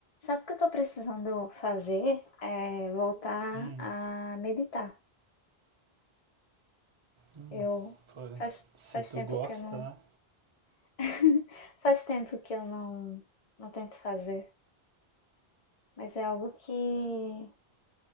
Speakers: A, on the left; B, on the right.
A: Sabe o que eu estou precisando fazer? É voltar
B: Hum,
A: a meditar.
B: hum,
A: Eu
B: pô,
A: faz,
B: se
A: faz
B: tu
A: tempo
B: gosta,
A: que eu não
B: né?
A: <laughs> faz tempo que eu não não tento fazer, mas é algo que